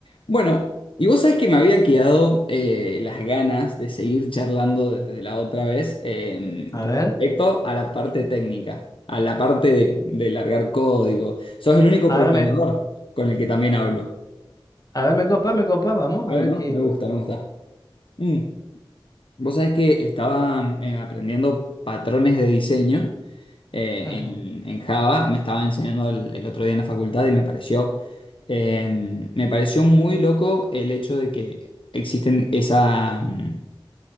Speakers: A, on the left (about 70°); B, on the left (about 40°).
A: Bueno, y vos sabés que me había quedado eh, las ganas de seguir charlando desde la otra vez eh,
B: A
A: con
B: ver,
A: respecto a la parte técnica, a la parte de, de largar código. Sos el único
B: a
A: programador
B: ver, me,
A: con el que también hablo.
B: a ver, me copa, me copa, vamos,
A: Bueno,
B: a ver qué.
A: me gusta, me gusta. Mm. Vos sabés que estaba eh, aprendiendo patrones de diseño eh,
B: Ujú,
A: en, en Java, me estaba enseñando el, el otro día en la facultad y me pareció, eh, me pareció muy loco el hecho de que existen esa... mm,